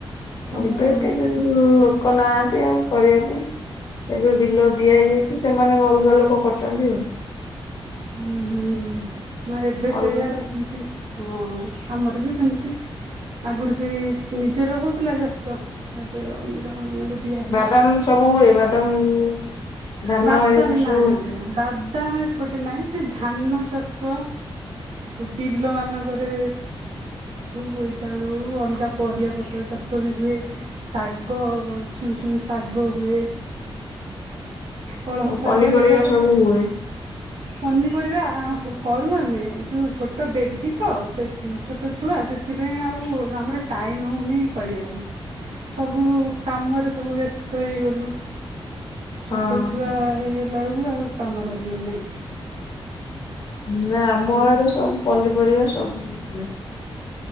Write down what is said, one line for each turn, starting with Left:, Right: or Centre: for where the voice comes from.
Right: ସମୟ
Left: ଏବେ
Right: ହଉନଥିବ
Left: କେ ଲୋକ ନାହାନ୍ତି ଆଉ କରିବା ପାଇଁ। ଏବେ ବିଲ ଦିଆ ହେଇଯାଇଛି ସେମାନେ ଅଲଗା ଲୋକ କରଛନ୍ତି ଆଉ।
Right: ହୁଁ ହୁଁ ନା ଏବେ
Left: ଅଲଗା
Right: ସେଇଆ ସେମତି ହଁଁ ଆମର ବି ସେମିତି ଆଗରୁ ସେ ନିଜର ହଉଥିଲା ଚାଷ ଏବେ ମାନଙ୍କୁ ଦିଆ ହଉଛି
Left: ବାଦାମ ସବୁ ହୁଏ ବାଦାମ ଧାନ
Right: ବାଦାମ
Left: ଏଗୁରା
Right: ନା
Left: ସବୁ
Right: ନା
Left: ହୁଏ।
Right: ନା ବାଦାମ ଏପଟେ ନାହିଁ ସେ ଧାନ ଚାଷ ବିଲ ମାନଙ୍କରେ ବୋଇତାଳୁ ଅଲଗା ପରିବା ପତ୍ର ଚାଷ ବି ହୁଏ ଶାଗ ଛ ଛୁ ଶାଗ ହୁଏ। କଳମ ଶାଗ
Left: ପନିପରିବା
Right: ଏଇଟା କରିଛ
Left: ସବୁ ହୁଏ
Right: ପନିପରିବା ଆ କରୁ ଆମେ ଯୋଉ ଛୋଟ ବେବି ତ ଛୋଟ ଛୁଆ ସେଥିପାଇଁ ଆଉ ଆମର ଟ ଟାଇମ୍ ହଉନି କରିବା ପାଇଁ। ସବୁ କାମରେ ସବୁ ବ୍ୟସ୍ତ ହେଇଗଲୁ।
Left: ହଁ।
Right: ଛୋଟ ଛୁଆ ହେଇଗଲା ବ ବି ଆଉ କାମ କରିହଉ ନାହିଁ।
Left: ନା ଆମ ଆଡେ ସବୁ ପନିପରିବା ସବୁ ହୁଏ।